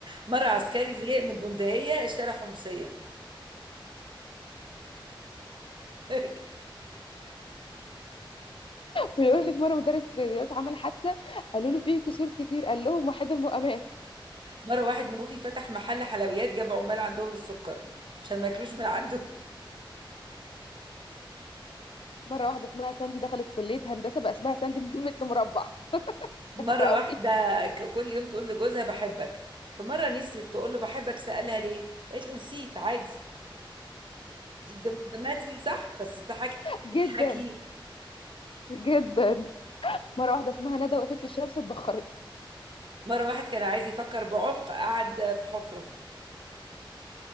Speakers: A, on the right (about 65°); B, on the left (about 80°).
A: مرة عسكري زهق من البندقية اشترى حمصية <laughs>
B: بيقولك مرة مدرس رياضيات عمل حادثة قالوا له فيه كسور كتير قال لهم وحيد المقامات
A: مرة واحد منوفي فتح محل حلويات جاب عمال عندهم السكر عشان ما ياكلوش من عنده
B: مرة واحدة اسمها ساندي دخلت كلية هندسة بقى اسمها ساندي <laughs> متر مربع
A: مرة
B: <laughs> وقوي
A: واحدة ك- كل يوم تقول لجوزها بحبك فمرة نسيت تقول له بحبك سألها ليه قالت له نسيت عادي دي دم- دمها تقيل صح بس اضحكي
B: جدا
A: اضحكي
B: جدا مرة واحدة اسمها ندى وقفت في الشمس اتبخرت
A: مرة واحد كان عايز يفكر بعمق قعد في حفرة